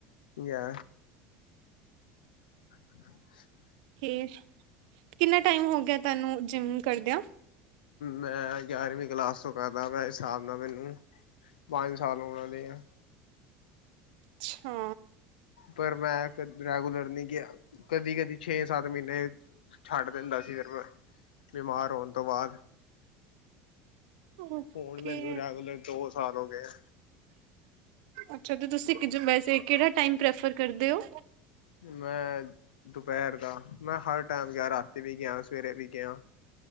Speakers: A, on the left; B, on the right.
A: ਯਾ <inaudible>
B: ਕੇ ਕਿੰਨਾ ਟਾਈਮ ਹੋ ਗਯਾ ਤਾਨੂੰ ਜਿਮ ਕਰਦਿਆਂ?
A: ਮੈਂ ਗਿਆਰਵੀਂ ਕਲਾਸ ਤੋਂ ਕਰਦਾ ਪਯਾਂ। ਇਸ ਹਿਸਾਬ ਨਾਲ ਮੈਨੂੰ ਪੰਜ ਸਾਲ ਹੋਣ ਆਲੇ ਐ।
B: ਅੱਛਾ।
A: ਪਰ ਮੈਂ ਕਦੀ ਰੈਗੂਲਰ ਨੀ ਗਯਾ, ਕਦੀ-ਕਦੀ ਛੇ-ਸੱਤ ਮੀਨੇ ਛੱਡ ਦਿੰਦਾ ਸੀ ਫੇਰ, ਮੈਂ ਬਿਮਾਰ ਹੋਨ ਤੋ ਬਾਦ
B: ਓਕੇ
A: ਹੋਣ ਮੈਨੂੰ ਰੈਗੂਲਰ ਦੋ ਸਾਲ ਹੋ ਗਏ ਐ।
B: ਅੱਛਾ, ਤੇ ਤੁਸੀ <unintelligible> ਵੈਸੇ ਕੇੜਾ ਟੈਮ ਪ੍ਰੈਫਰ ਕਰਦੇ ਹੋ?
A: ਮੈਂ ਦੁਪਹਿਰ ਦਾ, ਮੈਂ ਹਰ ਟੈਮ ਗਿਆ, ਰਾਤੀ ਵੀ ਗਿਆਂ, ਸਵੇਰੇ ਵੀ ਗਿਆਂ।